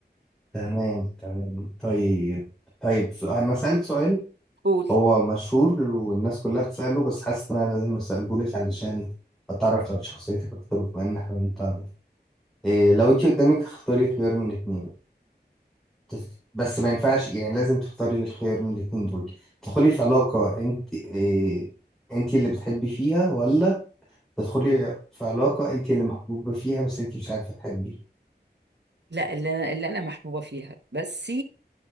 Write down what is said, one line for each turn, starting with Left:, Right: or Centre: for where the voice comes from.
Centre: تمام تمام طيب طيب انا اسألك سؤال
Right: قول
Centre: هو مشهور والناس كلها بتسأله بس حاسس إن أنا لازم أسألهولك علشان أتعرف على شخصيتك أكتر بما إن إحنا بنتعرف إيه لو أنت قدامك اختاري خيار من الاتنين تت- بس ما ينفعش يعني لازم تختاري الخيار من الاتنين دول تدخلي في علاقة أنت إيه أنت اللي بتحبي فيها ولا تدخلي في علاقة أنت اللي محبوبة فيها بس أنت مش عارفة تحبي
Right: لا اللي انا اللي انا محبوبه فيها بس